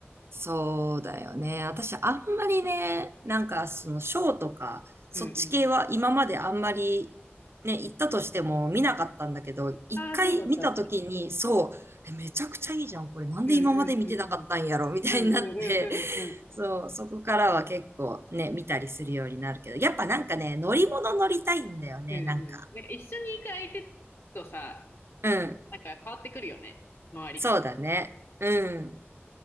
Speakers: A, on the right (about 65°); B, on the left (about 65°).
A: そうだよね。私、あんまりね、なんか、その、ショーとか、そっち系は今まであんまり、
B: うんうん。
A: ね、行ったとしても見なかったんだけど、一回見たときに、
B: ああ、そうだったんだね。
A: そう、えめちゃくちゃいいじゃん。これなんで今まで見てなかったんやろみたいになって、
B: うんうんうんうん。うんうんうんうんうん。
A: <laughs> そう、そこからは結構ね、見たりするようになるけど、やっぱなんかね、乗り物乗りたいんだよね、
B: うんうん。
A: なんか。
B: なんか一緒に行く相手とさ、
A: うん。
B: なんか変わってくるよね、回り方。
A: そうだね。うん。